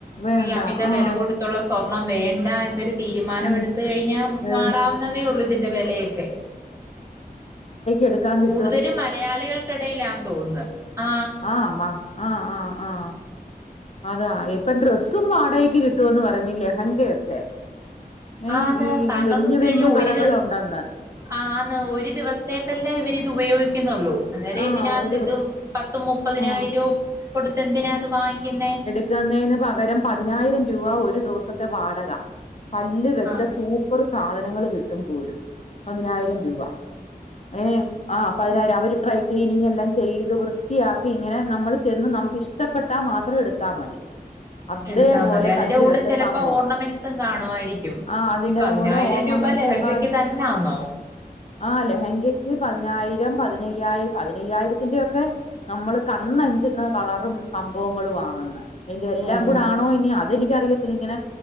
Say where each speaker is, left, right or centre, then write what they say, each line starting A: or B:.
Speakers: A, on the left (about 45°); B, on the right (about 20°).
A: വേണ്ട
B: ഈ അമിത
A: ആഹ്
B: വെല കൊടുത്തുള്ള സ്വർണം വേണ്ട എന്നൊരു തീരുമാനം
A: എ
B: എടുത്ത് കഴിഞ്ഞാ മാറാവുന്നതേ
A: എടു
B: ഉള്ളൂ ഇതിന്റെ വിലയൊക്കെ
A: എടുക്കാങ്കി
B: കൂടുതലും മലയാളികൾക്കിടയിലാന്ന് തോനുന്ന് ആ
A: ആഹ് മ ആഹ് ആഹ് ആഹ് അതാ ഇപ്പൊ ഡ്രസ്സും വാടകക്ക് കിട്ടുവന്ന് പറഞ് ലഹങ്കയൊക്കെ ഏഹ്
B: ആന്ന്
A: ഈ
B: കാരണംന്ന്
A: വല്യ
B: വെച്ച്
A: വല്യ
B: കഴിഞ്ഞാ ഒരു
A: കടകൾ ഒണ്ടെന്ന്
B: ആന്ന് ഒരു ദിവസത്തേക്കല്ലേ ഇവരിത് ഉപയോഗിക്കുന്നൊള്ളൂ അന്നേരം
A: ആ
B: ഇതിനകത്ത്
A: ഒരു
B: ഇതും പത്തും മുപ്പതിനായിരോം
A: ആ
B: കൊടുത്ത് എന്തിനത് വാങ്ങിക്കുന്നേ
A: ക്ക്‌ന്നേനു പകരം പതിനായിരം രൂപ ഒരു ദിവസത്തെ വാടക കല്ല് വെച്ച
B: ആഹ്
A: സൂപ് പ്പർ സാധനങ്ങൾ കിട്ടും പോലും പതിനായിരം രൂപ ഏഹ് ആഹ് പതിനായിരം അവര് ട്രൈ ക്ലീനിങ്ങ് എല്ലാം ചെയ്ത് വൃത്തിയാക്കി ഇങ്ങനെ നമ്മൾ ചെന്ന് നമുക്ക് ഇഷ് ഷ്ടപ്പെട്ടാ മാത്രം എടുത്താ മതി അതേപോലെ
B: എടുത്താ മതി അതിന്റെ
A: കല്ല്
B: കൂടെ
A: വെച്ച
B: ചെലപ്പോ
A: സംഭവം
B: ഓർണമെന്റ്സും കാണുമായിരിക്കും
A: ആഹ് അതിന്റെ
B: ഈ പതിനായിരം
A: കൂടെ ഓർണമെന്റ്സും
B: രൂപ ലഹങ്കക്ക്
A: കാ
B: തന്നാന്നോ
A: ആഹ് ലഹങ്കയ്ക്ക് പതിനായിരം പതിനയ്യായിരം പതിനയ്യായിരത്തിന്റെ ഒക്കെ നമ്മള് കാണ്ണഞ്ചുന്ന കളറും സംഭവങ്ങളും ആന്നെന്ന് അതിന്റെ എല്ലാം
B: ഓഹ്
A: കൂടെ ആണോ ഇനി അതെനിക്കറിയ ത്തിലിങ്ങനെ